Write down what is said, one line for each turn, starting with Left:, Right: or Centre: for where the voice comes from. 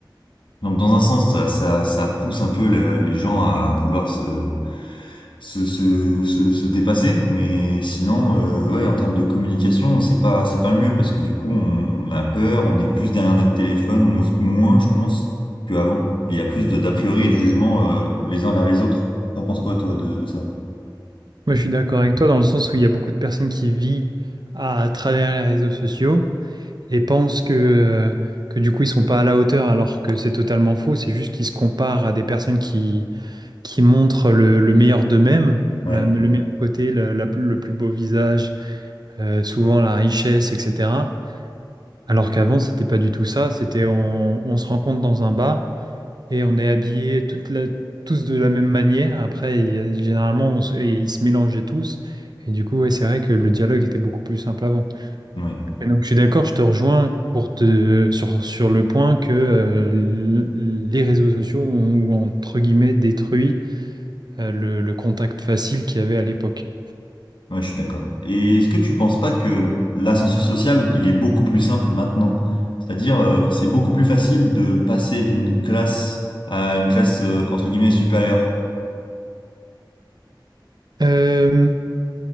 Left: Donc dans un sens, ça, ça, ça pousse un peu le- les gens à vouloir se, se, se, se, se dépasser. Mais sinon, euh, ouais, en termes de communication, c'est pas, c'est pas le mieux parce que du coup, on, on a peur, on est plus derrière notre téléphone, on ose moins, je pense, qu'avant. Et il y a plus de- d'a priori et de jugement euh, les uns vers les autres. T'en penses quoi, toi, de, de ça?
Right: Moi, je suis d'accord avec toi dans le sens où il y a beaucoup de personnes qui vivent à travers les réseaux sociaux. et pensent que, euh, que du coup ils sont pas à la hauteur alors que c'est totalement faux, c'est juste qu'ils se comparent à des personnes qui, qui montrent le, le meilleur d'eux-mêmes,
Left: Ouais,
Right: la- le meilleur côté, la- la- le plus beau visage, euh, souvent la richesse, etc. Alors qu'avant c'était pas du tout ça, c'était on, on se rencontre dans un bar et on est habillés toute la- tous de la même manière, après il y a- généralement on se- et ils se mélangeaient tous. Et du coup, ouais, c'est vrai que le dialogue était beaucoup plus simple avant.
Left: ouais,
Right: Mais Donc, je suis d'accord, je te rejoins pour te, sur, sur le point que euh, l- les réseaux sociaux ont, entre guillemets, détruit euh, le, le contact facile qu'il y avait à l'époque.
Left: ouais, je suis d'accord. Et est-ce que tu penses pas que l'ascenseur social, il est beaucoup plus simple maintenant? C'est-à-dire, euh, c'est beaucoup plus facile de passer d'une classe à une classe, euh, entre guillemets, supérieure.
Right: Euh,